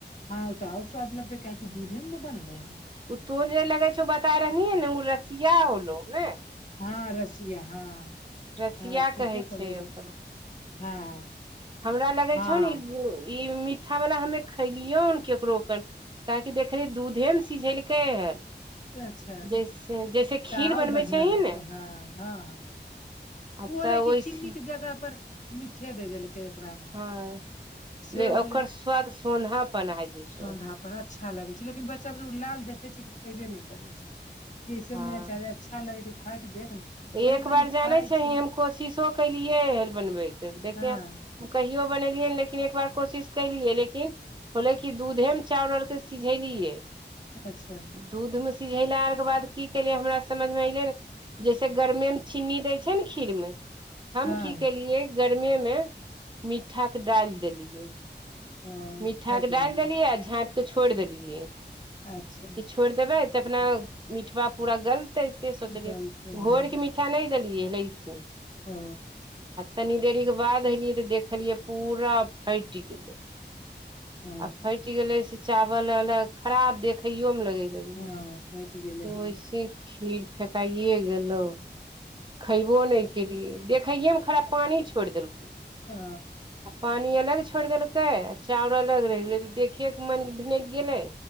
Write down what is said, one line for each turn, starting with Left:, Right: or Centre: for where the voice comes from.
Left: हँ ओ तऽ आर स्वाद लगतै काहि दूधे मे ने बनले है।
Right: ओ तो जे लगै छौ बता रहनी ने ओ रसिया होलो ने।
Left: हँ रसिया ह
Right: रसिया
Left: ह ठीके
Right: कहै
Left: करे
Right: छै
Left: रहे
Right: ओकरा
Left: हँ
Right: हमरा लगै
Left: हँ
Right: छौ ने ई ई मीठावला हमे खलियौन ककरो क काहेकि देखली दूधे ने सिझेलकै हन
Left: अच्छा
Right: जैसे जैसे खीर
Left: तऽ आब
Right: बनबै
Left: बढ़िया
Right: छही
Left: लगते
Right: ने
Left: हँ ह।
Right: आ
Left: ओ होलै
Right: तऽ
Left: क
Right: ओइसे
Left: चीनी के जगह पर मिठे दे देलकै ओकरा मे
Right: हँ
Left: से होलै
Right: ओकर स्वाद सोधा बना जेतौ
Left: सौंधापन अच्छा लगे छै लेकिन बच्चा लाल देखे छै तऽ खेबे नहि करे छै जसन
Right: हँ
Left: नहिचार। छालाे चोखा देख के ने तनी
Right: एक बार
Left: मनी
Right: जानै
Left: खाय
Right: छही
Left: छै
Right: हम कोशिशो केलियै हर बनबैके देखिये।
Left: हँ
Right: कहि बनेलियै लेकिन एक बार कोशिश कलियै लेकिन। होले की दूधे मे चावउ आर के सिझेलियै
Left: अच्छा।
Right: दूधमे सिझेलरके बाद की केले हमरा समझमे एले से गरमे मे चीनी देय छै ने खीर मे हम
Left: हँ
Right: की केलियै। गर्मे मे मीठा के डालि देलियै
Left: ओ
Right: मिीठाक
Left: फाटि
Right: के डालि
Left: गेलै
Right: देलियै आ झाँपि कऽ छोड़ि देलियै।
Left: अच्छा।
Right: कि छोड़ि देबै तऽ अपना मिठवा पूरा गलतै से सोचलियै
Left: गलते हैं
Right: घोर के मिठ ठा नहि देलियै लैसी
Left: ओ
Right: तनि देरीके बाद एयलियै तऽ देखलियै पूरा फटि गेलै।
Left: ओ
Right: आ फट गेले से चावल अलग खराब देखईयो मे लगे छै।
Left: हँ फटि गेलै हँ
Right: वऐसे खीर फेकाइे गेलहु खैबो नहि केलियै। देखैए मे खराब पानी छोड़ि देलकै।
Left: ह।
Right: आ पानि अलग छोड़ि देलकै आ चाउर अलग रहि गेलै तऽ देखएके मन भिनकि गेलै।